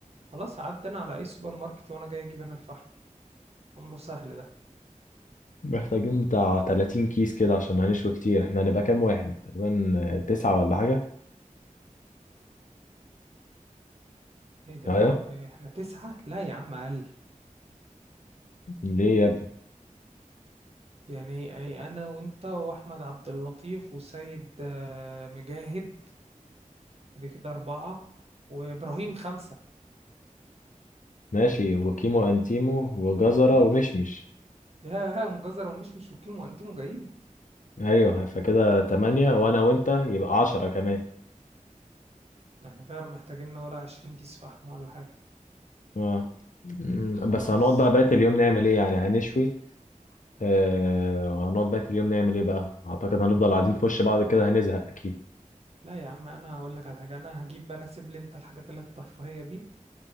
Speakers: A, on the right; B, on the left.
A: خلاص هعدي انا على اي سوبر ماركت وانا جاي اجيب انا الفحم أمره سهل ده
B: محتاجين بتاع 30 كيس كده عشان هنشوي كتير احنا هنبقى كام واحد تقريبا تسعة ولا حاجة
A: إيه ده
B: ايوه
A: إيه إحنا تسعة لا يا عم أقل
B: ليه يا ابني
A: يعني يعني أنا وأنت وأحمد عبد اللطيف وسيد آه، مجاهد دي كده أربعة وإبراهيم خمسة
B: ماشي وكيمو انتيمو وجزرة ومشمش
A: يا <laughs> مجزر ومش مشوكين وأنتم جايين
B: ايوه فكده تمانية وانا وانت يبقى عشرة كمان
A: ده إحنا فعلا محتاجين لنا ولا عشرين كيس فحم ولا حاجة
B: اه أمم،
A: خلاص
B: بس هنقعد بقى بقية اليوم نعمل ايه يعني هنشوي آه، وهنقعد بقى اليوم نعمل ايه بقى اعتقد هنفضل قاعدين في وش بعض كده هنزهق اكيد
A: لا يا عم أنا هقول لك على حاجة أنا هجيب أنا سيب لي أنت الحاجات اللي هي الترفيهية دي